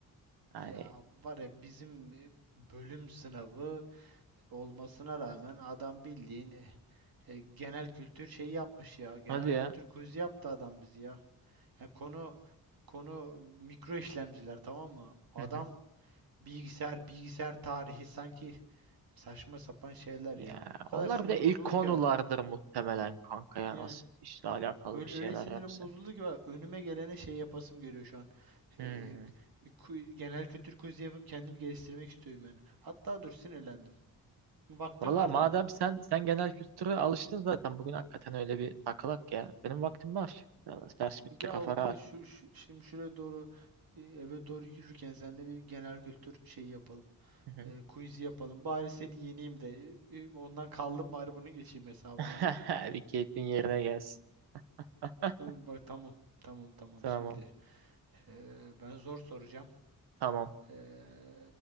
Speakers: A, on the right (about 85°); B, on the right (about 65°).
A: Yani
B: Ya var ya bizim e, bölüm sınavı olmasına rağmen adam bildiğin e, e, genel kültür şeyi yapmış ya. Genel
A: Hadi ya.
B: kültür quizi yaptı adam bizi ya. Ya konu konu mikro işlemciler tamam mı? Adam
A: Hı hı.
B: bilgisayar bilgisayar tarihi sanki saçma sapan şeyler
A: ya
B: ya. O kadar
A: onlar
B: sinirim
A: bir de ilk
B: bozuldu
A: konulardır
B: ki
A: muhtemelen kanka ya.
B: Yani
A: Nasıl işle
B: ö-
A: alakalı
B: öyle,
A: bir şeyler
B: öyle sinirim
A: yapsa.
B: bozuldu ki bak, önüme gelene şey yapasım geliyor şu an.
A: Hmm.
B: Ee, ku- genel kültür quiz'i yapıp kendimi geliştirmek istiyorum yani. Hatta dur sinirlendim. Vaktim
A: Valla
B: var
A: madem
B: değil mi?
A: sen sen genel kültüre alıştın zaten bugün hakikaten öyle bir takılak ya. Benim vaktim var. Valla ders bitti
B: Ya
A: kafa
B: o
A: rahat.
B: da şu, şu- şimdi şuraya doğru e, eve doğru yürürken seninle bir genel kültür şeyi yapalım.
A: Hı hı.
B: Ee, quiz'i yapalım. Bari seni yeneyim de e, e, ondan kaldım bari bunu geçeyim hesabı
A: <laughs>
B: anladın mı?
A: Bir keyfin yerine gelsin. <laughs>
B: Ee, bak tamam. Tamam tamam
A: Tamam.
B: şimdi. ee, ben zor soracağım.
A: Tamam.
B: Eee,